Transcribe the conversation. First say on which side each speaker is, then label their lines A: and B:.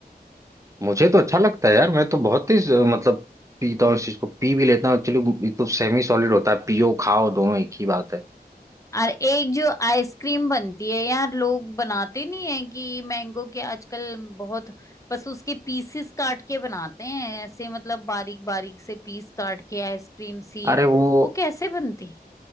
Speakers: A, on the right; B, on the left.
A: मुझे तो अच्छा लगता है यार मैं तो बहुत ही अ, मतलब पीता हूँ इस चीज को पी भी लेता हूँ एक्चुअली ये तो सेमी सॉलिड होता है पियो खाओ दोनों एक ही बात है
B: और एक जो आइसक्रीम बनती है यार लोग बनाते नहीं है कि मैंगो के आजकल बहुत बस उसके पीसेस काट के बनाते हैं ऐसे मतलब बारीक बारीक से पीस काट के आइसक्रीम सी
A: अरे वो
B: वो कैसे बनती है?